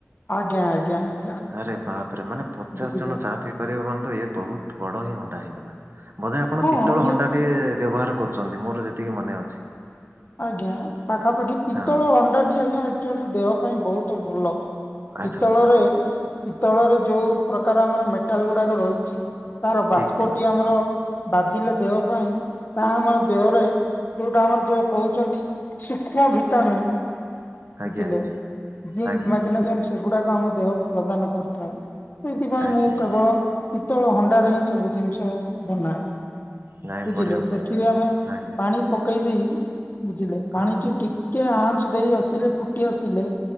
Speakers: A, on the left; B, on the right.
A: ଆଜ୍ଞା ଆଜ୍ଞା। ଆଜ୍ଞା
B: ଆରେ ଆରେ ମାନେ ପଚାଶ
A: ବୁଝିଲେ
B: ଜଣ ଚା ପିଇ ପାରିବେ ମାନେ ତ ବହୁତ ବଡ଼ ହିଁ ହାଣ୍ଡା ହେଇଗଲା। ବୋଧେ ଆପଣ
A: ହଁ
B: ପିତଳ
A: ଇଏ
B: ହଣ୍ଡା ଟିଏ ବ୍ୟବହାର କରୁଛନ୍ତି ମୋର ଯେତିକି ମନେ ଅଛି।
A: ଆଜ୍ଞା ପାଖାପାଖି ପିତ୍ତଳ
B: ହଁ
A: ହଣ୍ଡାଟି ଆଜ୍ଞା ଆକଚୁଆଲି ଦେହ ପାଇଁ ବହୁତ ଭଲ।
B: ଆଚ୍ଛା
A: ପିତଳ
B: ଆଚ୍ଛା
A: ରେ ପିତ୍ତଳରେ ଯୋଉ ପ୍ରକାର ଆମର ମେଟାଲ ଗୁଡାକ ରହିଛି। ତାର ବାଷ୍ପଟି
B: ଠିକ୍ ଠିକ୍
A: ଆମର ବାଜିଲେ ଦେହ ପାଇଁ ତାହା ଆମର ଦେହରେ ଯୋଉଟା ଆମର ଯୋ କହୁଛନ୍ତି ସୂକ୍ଷ୍ମ ଭିଟାମିନ୍।
B: ଆଜ୍ଞା
A: ବୁଝିଲେ
B: ଆଜ୍ଞା
A: ଜିଙ୍କ
B: ଆଜ୍ଞା
A: ମେଗ୍ନେସିୟମ
B: ଆଜ୍ଞା।
A: ସେଗୁଡା ଆମ ଦେହକୁ ପ୍ରଦାନ କରୁଥାଏ। ସେଇଥିପାଇଁ
B: ଆଜ୍ଞା
A: ମୁଁ
B: ଆଜ୍ଞା
A: କେବଳ। ପିତ୍ତଳ ହଣ୍ଡାରେ ହିଁ ସବୁ ଜିନିଷ ବନାଏ।
B: ନାଇଁ
A: ବୁଝିଲେ
B: ବଢ଼ିଆ ବଢ଼ିଆ।
A: ସେଠିରେ ଆମେ
B: ଆଜ୍ଞା
A: ପାଣି ପକେଇ ଦେଇ <inaudible> ବୁଝିଲେ ପାଣି
B: ହଁ
A: <unintelligible>
B: ହଁ
A: ଟିକେ ଆଁ <unintelligible> ଆସିଲେ ଫୁଟି ଆସିଲେ।